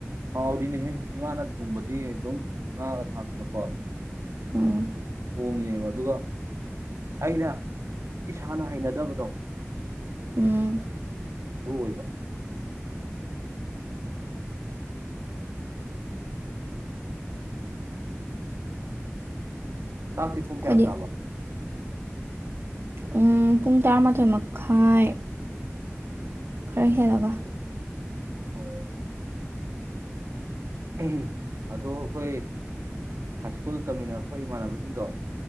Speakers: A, on the right (about 75°); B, on the right (about 55°).
A: ꯍꯥꯎꯔꯤꯅꯦꯍꯦ ꯏꯃꯥꯅ ꯊꯣꯡꯕꯗꯤ ꯑꯗꯨꯝ ꯉꯥꯒ ꯊꯥꯛꯇꯅꯀꯣ
B: ꯎꯝ
A: ꯊꯣꯡꯉꯤꯅꯦꯕ ꯑꯗꯨꯒ ꯑꯩꯅ ꯏꯁꯥꯅ ꯍꯩꯅꯗꯕꯗꯣ
B: ꯎꯝ
A: ꯑꯗꯨ ꯑꯣꯏꯕ ꯆꯥꯛꯇꯤ ꯄꯨꯡ
B: ꯑꯩꯈꯣꯏꯗꯤ
A: ꯀꯌꯥ ꯆꯥꯕ
B: ꯎꯝ ꯄꯨꯡ ꯇꯔꯥꯃꯥꯊꯣꯏ ꯃꯈꯥꯏ ꯈꯔ ꯍꯦꯜꯂꯒ
A: ꯑꯣ ꯎꯝ ꯑꯗꯣ ꯑꯩꯈꯣꯏ ꯍꯥꯏ ꯁ꯭ꯀꯨꯜ ꯇꯝꯃꯤꯟꯅꯔꯛꯄ ꯏꯃꯥꯟꯅꯕꯁꯤꯡꯗꯣ